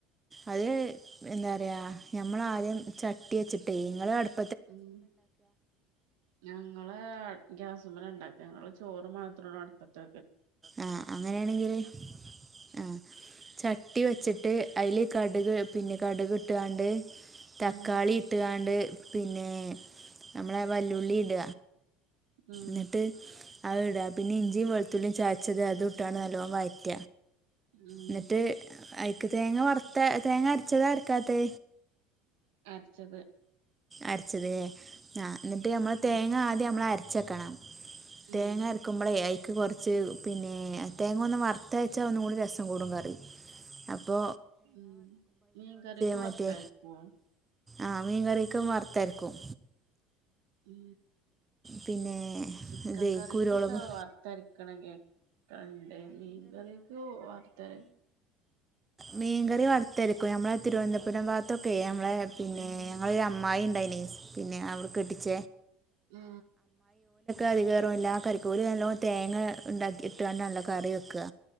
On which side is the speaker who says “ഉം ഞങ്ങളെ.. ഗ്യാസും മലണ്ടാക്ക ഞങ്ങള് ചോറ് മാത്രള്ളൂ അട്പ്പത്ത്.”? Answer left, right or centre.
Right